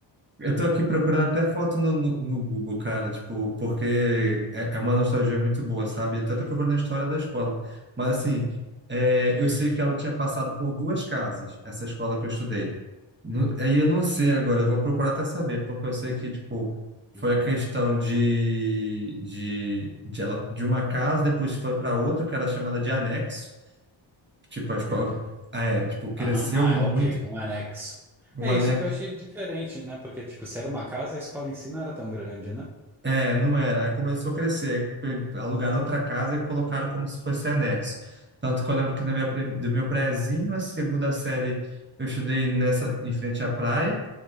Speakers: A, on the right; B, in the centre.
A: Eu tô aqui procurando até foto no, no, no Google, cara, tipo, porque é, é uma nostalgia muito boa, sabe? Eu tô até procurando a história da escola. Mas, assim, é, eu sei que ela tinha passado por duas casas, essa escola que eu estudei. No- Aí eu não sei agora, eu vou procurar até saber, porque eu sei que, tipo, foi
B: Uhum,
A: a questão de, de, de, ela, de uma casa, depois foi para outra, que era chamada de anexo. Tipo, a escola,
B: já, né?
A: ah, é, tipo, cresceu
B: Aham. Ah,
A: muito.
B: é, ok, um anexo.
A: Um
B: É
A: anexo
B: isso que eu achei diferente, né? Porque, tipo, se era uma casa, a escola em si não era tão grande, né?
A: É, não era. Aí começou a crescer. Aí pe- Alugaram outra casa e colocaram como se fosse anexo. Tanto que eu lembro que na minha, prim- do meu prézinho, a segunda série, eu estudei nessa, em frente à praia.